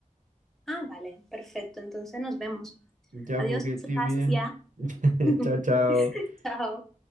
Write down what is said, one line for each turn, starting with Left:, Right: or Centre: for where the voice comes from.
Centre: Ah, vale, perfecto. Entonces nos vemos.
Right: Ya,
Centre: Adiós,
Right: porque estoy
Centre: Sebastián.
Right: bien. <laughs>
Centre: <laughs>
Right: Chao, chao.
Centre: Chao.